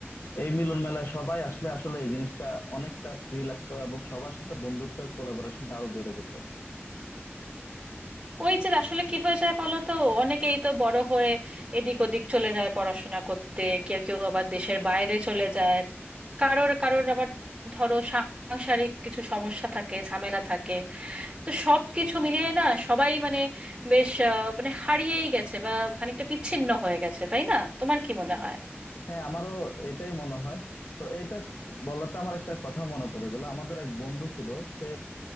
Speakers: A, on the left; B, on the right.
A: এই মিলন মেলায় সবাই আসলে আসলে এই জিনিসটা অনেকটা ফ্রি লাগতো এবং সবার সাথে বন্ধুত্বের কোলাবোরেশনটা আরো বেড়ে যেত
B: ওই যে আসলে কি হয়ে যায় বলো তো অনেকেই তো বড় হয়ে এদিক ওদিক চলে যায় পড়াশোনা করতে কেউ কেউ আবার দেশের বাইরে চলে যায় কারোর কারোর আবার ধরো সাংসারিক কিছু সমস্যা থাকে ঝামেলা থাকে তো সব কিছু মিলিয়ে না সবাই মানে বেশ আহ, মানে হারিয়েই গেছে বা খানিকটা বিচ্ছিন্ন হয়ে গেছে তাই না তোমার কি মনে হয়
A: হ্যাঁ আমারও এটাই মনে হয় তো এটা স- বলাতে আমার একটা কথা মনে পড়ে গেল আমাদের এক বন্ধু ছিল সে